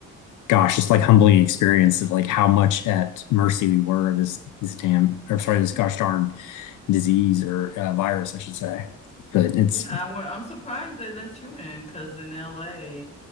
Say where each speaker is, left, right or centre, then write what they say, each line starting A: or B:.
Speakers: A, on the left (about 80°); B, on the left (about 20°).
A: gosh, just like humbling experience of like how much at mercy we were of this this damn or sorry, this gosh darn disease or uh, virus, I should say. But it's
B: Yeah, I wa- I'm surprised they let you in because in LA,